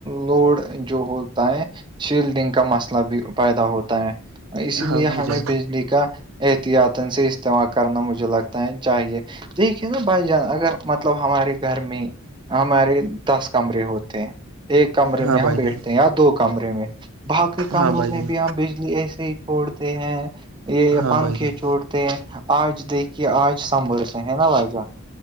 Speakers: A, on the right; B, on the right.
A: لوڈ جو ہوتا ہے شیلڈنگ کا مسئلہ بھی پیدا ہوتا ہے اسی
B: ہاں
A: لیے
B: بھائی
A: ہمیں
B: جان
A: بجلی کا احتیاط سے استعمال کرنا مجھے لگتا ہے چاہیے تو یہ کہ نا بھائی جان اگر مطلب ہمارے گھر میں ہمارے دس کمرے ہوتے ہیں ایک کمرے
B: ہاں
A: میں
B: بھائی
A: ہم بیٹھتے
B: جان
A: ہیں یا دو کمرے میں باقی کمروں
B: ہاں بھائی
A: میں
B: جان
A: بھی ہم بجلی ایسے ہی چھوڑ ہیں یہ
B: ہاں
A: پنکھے
B: بھائی جان
A: چھڑتے ہیں آج دیکھیے آج سنبور سے ہے نا وھائی جان